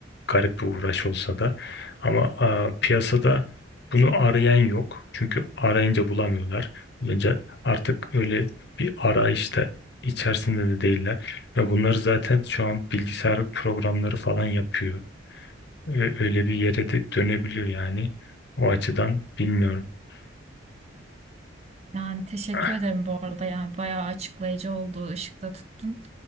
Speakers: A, on the left; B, on the right.
A: garip bir uğraş olsa da ama a, piyasada bunu arayan yok çünkü arayınca bulamıyorlar bulunca artık öyle bir arayışta içerisinde de değiller ve bunları zaten şu an bilgisayar programları falan yapıyor Ö- öyle bir yere de dönebiliyor yani o açıdan bilmiyorum. <laughs>
B: Yani teşekkür
A: <sighs>
B: ederim bu arada yani bayağı açıklayıcı oldu ışıkta tuttun.